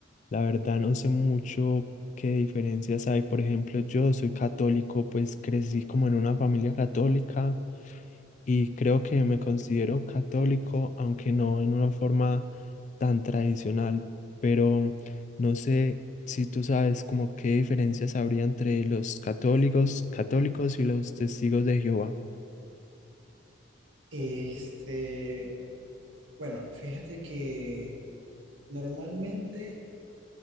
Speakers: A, on the left; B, on the right.
A: la verdad no sé mucho qué diferencias hay. Por ejemplo, yo soy católico, pues crecí como en una familia católica y creo que me considero católico, aunque no en una forma tan tradicional. Pero no sé si tú sabes como qué diferencias habría entre los católicos, católicos y los testigos de Jehová.
B: Este, bueno, fíjate que normalmente